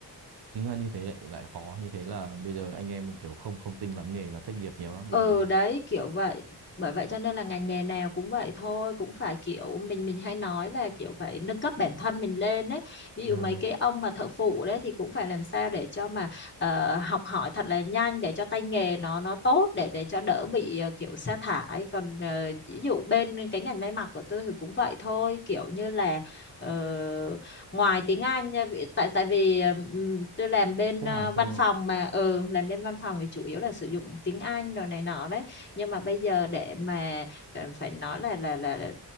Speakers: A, on the right; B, on the left.
A: chính là như thế lại lại khó như thế là bây giờ anh em kiểu không không tinh lắm nghề là thất nghiệp nhiều lắm
B: ừ
A: vì
B: đấy kiểu vậy bởi vậy cho nên là ngành nghề nào cũng vậy thôi cũng phải kiểu mình mình hay nói là kiểu phải nâng cấp bản thân mình lên đấy ví dụ
A: ờ,
B: mấy cái ông mà thợ phụ đấy thì cũng phải làm sao để cho mà ờ, học hỏi thật là nhanh để cho tay nghề nó nó tốt để để cho đỡ bị ờ, kiểu sa thải còn ờ, ví dụ bên cái ngành may mặc của tôi thì cũng vậy thôi kiểu như là ờ, ngoài tiếng Anh nha, vì- tại tại vì ờ, ừm, tôi làm bên
A: khách
B: ờ,
A: hàng
B: văn
A: cho
B: phòng mà ừ làm bên văn phòng thì chủ yếu là sử dụng tiếng Anh rồi này nọ đấy nhưng mà bây giờ để mà ờ, phải nói là là là, là